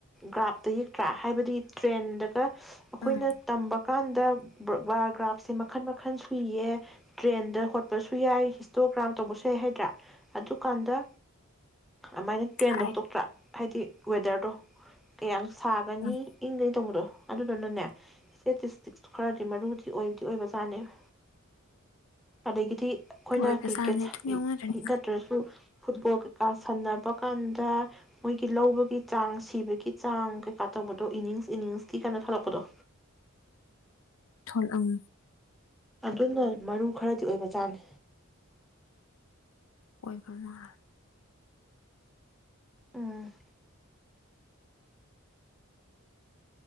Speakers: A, in the centre; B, on the left.
A: ꯒ꯭ꯔꯥꯐꯇ ꯌꯦꯛꯇ꯭ꯔꯥ ꯍꯥꯏꯕꯗꯤ ꯇ꯭ꯔꯦꯟꯗꯒ ꯑꯩꯈꯣꯏꯅ
B: ꯎꯝ
A: ꯇꯝꯕ ꯀꯥꯟꯗ ꯕꯥꯔꯒ꯭ꯔꯥꯐꯁ ꯁ‌ꯦ ꯃꯈꯟ ꯃꯈꯟ ꯁꯨꯏꯌꯦ ꯇ꯭ꯔꯦꯟꯗ ꯍꯣꯠꯄꯁꯨ ꯌꯥꯏ ꯍꯤꯁꯇꯣꯒ꯭ꯔꯥꯝ ꯇꯧꯕꯁꯨ ꯌꯥꯏ ꯍꯥꯏꯗ꯭ꯔꯥ ꯑꯗꯨꯀꯥꯟꯗ ꯑꯗꯨꯃꯥꯏꯅ ꯇ꯭ꯔꯦꯟꯗ
B: ꯍꯥꯏ
A: ꯍꯣꯠꯇꯣꯛꯇ꯭ꯔꯥ ꯍꯥꯏꯗꯤ ꯋꯦꯗꯔꯗꯣ ꯀꯌꯥꯝ ꯁꯥꯒꯅꯤ
B: ꯎꯝ
A: ꯏꯪꯒꯩꯗꯧꯕꯗꯣ ꯑꯗꯨꯗꯨꯅꯅꯦ ꯏꯁꯇꯦꯇꯤꯁꯇꯤꯛꯁꯨꯨ ꯈꯔꯗꯤ ꯃꯔꯨꯗꯤ ꯑꯣꯏꯗ ꯑꯣꯏꯕꯖꯥꯅꯦꯕ ꯑꯗꯒꯤꯗꯤ ꯑꯩꯈꯣꯏꯅ
B: ꯑꯣꯏꯕꯖꯥꯠꯅꯦ
A: ꯀ꯭ꯔꯤꯛꯀꯦꯠ
B: ꯑꯗꯨꯝ ꯌꯥꯎꯅꯗꯣꯏꯅꯤ
A: ꯅꯠꯇ꯭ꯔꯁꯨ ꯐꯨꯠꯕꯣꯜ ꯀꯥ ꯁꯟꯅꯕ ꯀꯥꯟꯗ ꯃꯣꯏꯒꯤ ꯂꯧꯕꯒꯤ ꯆꯥꯡ ꯁꯤꯕꯒꯤ ꯆꯥꯡ ꯀꯩꯀꯥ ꯇꯧꯕꯗꯣ ꯏꯅꯤꯡꯁ ꯏꯅꯤꯡꯁꯀꯤ ꯀꯥꯏꯅ ꯊꯣꯂꯛꯄꯗꯣ
B: ꯊꯣꯜ ꯑꯪ
A: ꯑꯗꯨꯅ ꯃꯔꯨ ꯈꯔꯗꯤ ꯑꯣꯏꯕ ꯆꯥꯅꯤ
B: ꯑꯣꯏꯕꯃ
A: ꯎꯝ